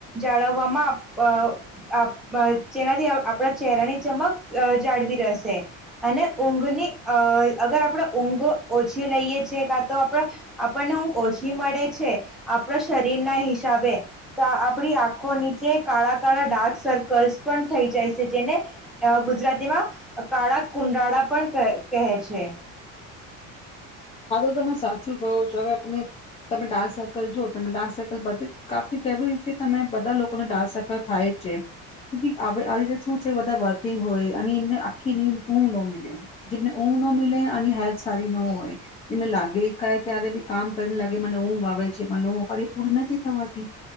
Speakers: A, in the centre; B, on the left (about 20°).
A: જાળવવામાં આપ આપ જેનાથી આપણા ચહેરાની ચમક જાળવી રહેશે. અને ઊંઘની અહ અગર આપણે ઊંઘ ઓછી લઈએ છીએ, કા તો આપ આપણને ઊંઘ ઓછી મળે છે, આપણા શરીરના હિસાબે તો આપણી આંખો નીચે કાળા કાળા ડાર્ક સર્કલ્સ પણ થઈ જાય છે. જેને ગુજરાતીમાં કાળા કુંડાળા પણ ક કહે છે.
B: હા તો તમે સાચું કહો છો. હવે આપને તમે ડાર્ક સર્કલ જો તમે ડાર્ક સર્કલ બધ કાફી કેવી રીતે તમે બધા લોકોને ડાર્ક સર્કલ થાય જ છે. આ રીતે શું છે બધા વર્કિંગ હોય અને એમને આખી નીંદ ઊંઘ ન મિલે જેમને ઊંઘ ન મિલે અને હેલ્થ સારી ન હોય. એમને લાગે ક્યારે બી કામ કરને લાગે મને ઊંઘ આવે છે, મને <unintelligible> એ પૂરી નથી થવાતી.